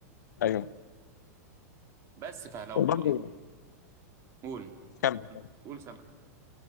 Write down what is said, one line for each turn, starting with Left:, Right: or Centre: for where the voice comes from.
Left: أيوه
Right: بس فلو
Left: وبرضه
Right: قول
Left: كمل
Right: قول سامع